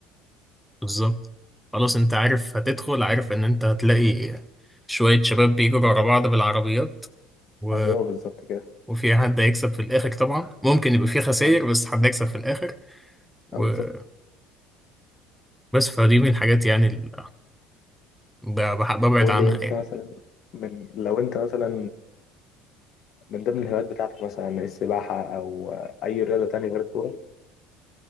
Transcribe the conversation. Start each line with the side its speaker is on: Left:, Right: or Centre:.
Centre: بالظبط خلاص انت عارف هتدخل عارف ان انت هتلاقي شوية شباب بيجروا ورا بعض بالعربيات و...
Left: ايوه بالظبط كده
Centre: وفي حد هيكسب في الآخر طبعا ممكن يبقى في خسائر
Left: ايوه
Centre: بس حد هيكسب في الآخر وبس
Left: آه، بالظبط
Centre: فدي من الحاجات يعني ال... ب... بح- ببعد
Left: بقول
Centre: عنها
Left: لي انت
Centre: يعني
Left: مثلا من لو انت مثلا من ضمن الهوايات بتاعتك مثلا السباحة او اي رياضة تانية غير الكورة